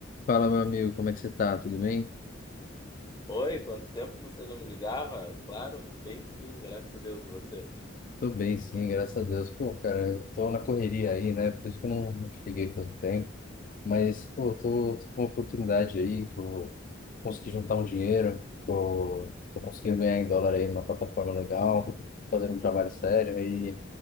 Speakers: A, on the left; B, on the left.
A: Fala, meu amigo, como é que você tá? Tudo bem?
B: Oi, quanto tempo você não me ligava? Claro, bem sim, graças a Deus e você.
A: Tô bem, sim, graças a Deus. Pô, cara, eu tô na correria aí, né? Por isso que eu não, não te liguei faz um tempo. Mas, pô, tô, tô com uma oportunidade aí que eu consegui juntar um dinheiro. Tô, tô conseguindo ganhar em dólar aí numa plataforma legal, fazendo um trabalho sério. E